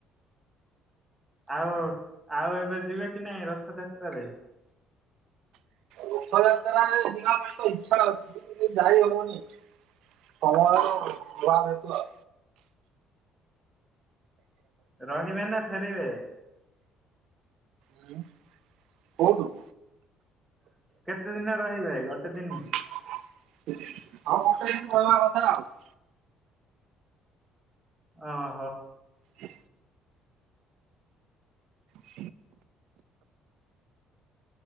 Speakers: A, in the centre; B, on the right.
A: ଆଉ ଆଉ ଏବେ ଯିବେ କି ନାଇଁ ରଥଯାତ୍ରାରେ?
B: ରଥଯାତ୍ରାରେ ଯିବା ପାଇଁ ଇଚ୍ଛା ଅଛି ହେଲେ ଯାଇ ହବନି ସମୟ ଅଭାବ ହେତୁ ଆଉ
A: ରହିବେ ନା ଫେରିବେ?
B: ହୁଁ କୋଉଠୁ?
A: କେତେ ଦିନ ରହିବେ ଗୋଟେ ଦିନ?
B: ହଁ ଗୋଟେ ଦିନ୍ ରହିବା କଥା ଆଉ
A: ଓହୋ।
B: ହ। <inaudible>